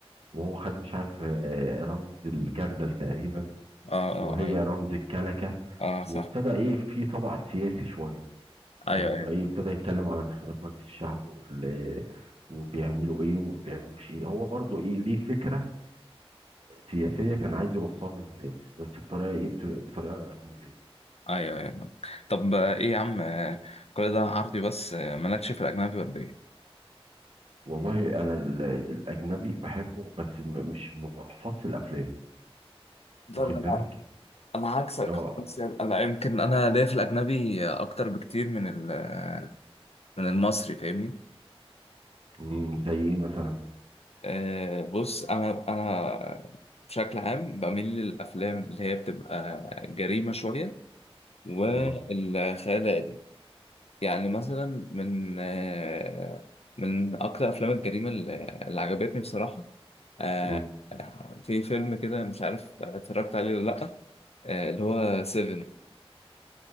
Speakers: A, on the right; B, on the left.
A: وهو خد مش عارف آه، رمز الجردل تقريبا
B: اه اه
A: وهي
B: ايوه
A: رمز الكنكه
B: اه صح
A: وابتدى ايه في طبع سياسي شويه
B: ايوه
A: اللي هو
B: ايوه
A: بقى ايه ابتدى يتكلم على انتخابات مجلس الشعب وال وبيعملوا ايه وما بيعملوش ايه هو برضو ايه ليه فكره سياسيه كان عايز يوصلها للناس بس بطريقه ايه بت- بطريقه كوميديه
B: ايوه ايوه طب آه، ايه يا عم آه، كل ده عربي بس آه، مالكش في الاجنبي ولا ايه؟
A: والله انا ال- الاجنبي بحبه بس م- مش ما بحفظش الافلام
B: ده
A: واخد
B: انا
A: بالك
B: انا عكسك
A: اه
B: بس يعني انا يمكن انا ليا في الاجنبي اكتر بكتير من ال- من المصري فاهمني
A: أمم، زي ايه مثلا
B: أه بص انا انا بشكل عام بميل للافلام اللي هي بتبقى جريمه شويه والخيال
A: أمم،
B: العلمي يعني مثلا من أه من اكتر افلام الجريمه اللي اللي عجبتني بصراحه آه
A: أمم.
B: آه، في فيلم كده مش عارف اتفرجت عليه ولا لأ آه اللي هو سيفن